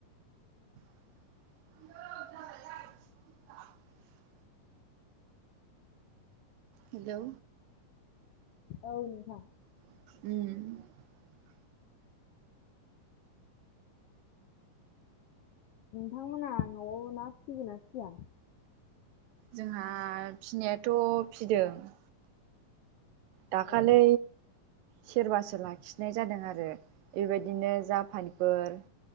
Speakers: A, on the right (about 85°); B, on the left (about 75°).
A: आ हेलौ
B: औ नोंथां
A: उम
B: नोंथांमोना न'आव ना फिसिगोना फिया
A: जोंहा फिनायाथ' फिदों दाखालि
B: औ
A: सेरबासो लाखिनाय जादों आरो बेबायदिनो जापानफोर